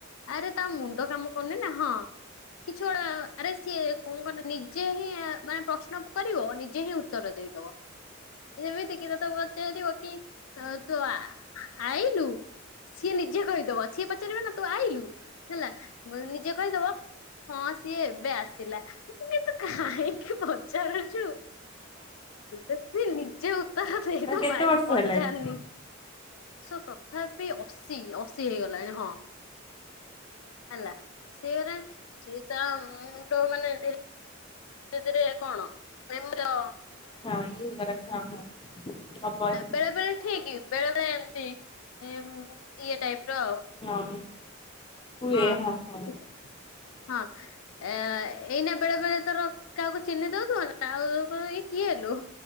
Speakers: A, on the left; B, on the left.
A: ଆରେ ତା ମୁଣ୍ଡ କାମ କରୁନି ନା ହଁ। କିଛି ଗୁଟା ଆରେ ସିଏ କଣ କରେ ନିଜେ ହିଁ ମାନେ ପ୍ରଶ୍ନ କରିବ ନିଜେ ହିଁ ଉତ୍ତର ଦେଇଦବ। ଯେମିତିକି ତତେ ପଚାରିବ କି ତୁ ଆଇଲୁ? ସିଏ ନିଜେ କହିଦବ ସିଏ ପଚାରିବ ନା ତୁ ଆଇଲୁ ହେଲା ନିଜେ କହିଦବ ହଁ ସିଏ ଏବେ ଆସିଲା ମୁଁ କହିଲି ତୁ କାହିଁକି ପଚାରୁ ଛୁ ତୁ ତ ନିଜେ ଉତ୍ତର ଦେଇଦଉ
B: କେତେ
A: ଭାଇ
B: ବର୍ଷ
A: ପଚାରେନି।
B: ହେଲାଣି
A: ତଥାପି ସୋ ଅଶୀ ଅଶୀ ହେଇଗଲାଣି ହଁ। ହେଲା ଅଶି ହେଇଗଲାଣି ସିଏ ତା ମୋ ମୁଣ୍ଡ ମାନେ ଏତିରେ କଣ ନାଇଁ ମୋର
B: ହଁ ଇଏ ହେଇଗଲାଣି ହଁ ହଁ। ହବ
A: ହଁ
B: ଏଇ
A: ବେଳେବେଳେ ଠିକ ବେଳେବେଳେ ଏମିତି ଇଏ ଟାଇପର ଆଉ
B: ହଁ। ହୁଏ
A: ହଁ
B: ହଁ
A: <inaudible> ହଁ। ଏ ଏଇନା ବେଳେ ବେଳେ ତୋର କାହାକୁ ଚିହ୍ନି ଦଉଥିବ ନା ଆଉ କ ଇଏ କିଏ ଲୋ।